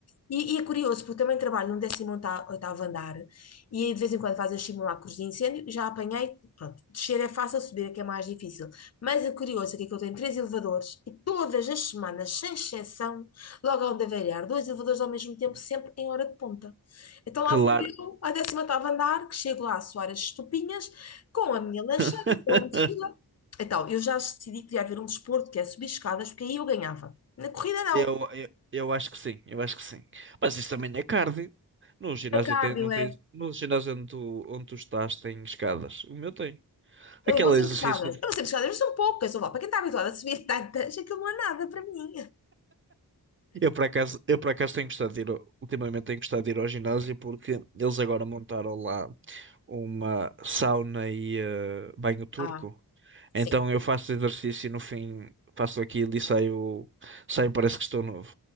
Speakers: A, on the left (about 40°); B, on the right (about 30°).
A: e, e é curioso, porque eu também trabalho num décimo oitavo andar, e aí de vez em quando fazem os simulacros de incêndio, já apanhei, pronto, descer é fácil, subir é que é mais difícil. Mas o curioso é que eu tenho três elevadores e todas as semanas, sem exceção, logo onde avariar, dois elevadores ao mesmo tempo, sempre em hora de ponta. Então
B: Claro.
A: lá vou eu, ao 18º andar, que chego lá a suar as estupinhas, com a minha lancheira,
B: <laughs>
A: com a minha mochila. Então, eu já decidi que devia haver um desporto que é subir escadas, porque aí eu ganhava. Na corrida não,
B: Eu, eu, eu acho que sim, eu acho que sim. Mas isso também é cardio. No ginásio
A: é cardio,
B: tem, não
A: é
B: tens, no ginásio onde tu, onde tu estás tem escadas. O meu tem. Aquele
A: Eu vou sempre
B: exercício.
A: escadas.
B: de-
A: Eu vou sempre escadas, mas são poucas. Eu vou. Para quem está habituado a subir tantas, aquilo não é nada para mim.
B: Eu por acaso, eu por acaso tenho gostado de ir, ao- ultimamente tenho gostado de ir ao ginásio porque eles agora montaram lá uma sauna e eh, banho turco.
A: Ah, sim.
B: Então eu faço exercício e no fim faço aquilo e saio, saio parece que estou novo.